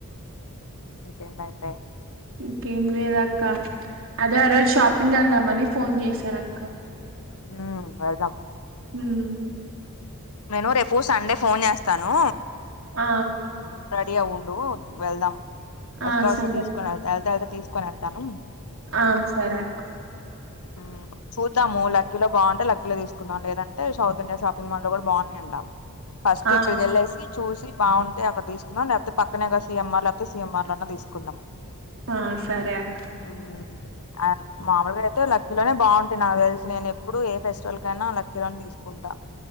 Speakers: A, on the left; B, on the right.
A: ఇకంరా అయితే
B: ఇంకేం లేదక్క అదే ఆ రోజు షాపింగ్ వెళ్దామని ఫోన్ చేసానక్క
A: ఉమ్ వెళ్దాం
B: ఉమ్
A: నేను రేపు సండే ఫోన్ చేస్తాను
B: ఆ
A: రెడీ అవుండు వెళ్దాం వస్తూ
B: ఆ
A: వస్తా
B: సరే
A: తీసుకొని వెళ్తా వెళ్తా వెళ్తే తీసుకొని వెళ్తాను
B: ఆ సరే అక్క
A: ఉమ్ చూద్దాము లక్కీలో బాగుంటే లక్కిలో తీసుకుందాం లేదంటే సౌత్ ఇండియా షాపింగ్ తిమర్లో కూడా బా ఉన్నాయంట ఫస్ట్
B: ఆ
A: ఇక్కడికేలేసి చూసి బాగున్టె ఉంటే ఒకటి తీసుకుందాం లేకపోతే పక్కనేగా సిఎంఆర్ లేకపోతే సిఎంఆర్ లోనే తీసుకుందాం
B: ఆ సరే అక్క
A: ఉమ్ ఆ మామలుగా అయితే లక్కీలోనే బాగుంటా అంటే నాకు తెలుసి నేను ఎప్పుడు ఏ ఫెస్టివల్ కైనా లక్కిలోని తీసుకుంటా